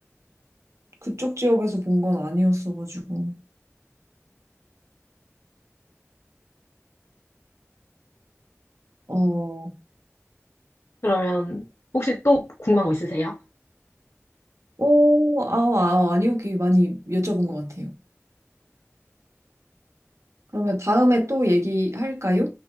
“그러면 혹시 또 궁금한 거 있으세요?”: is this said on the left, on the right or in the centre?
Left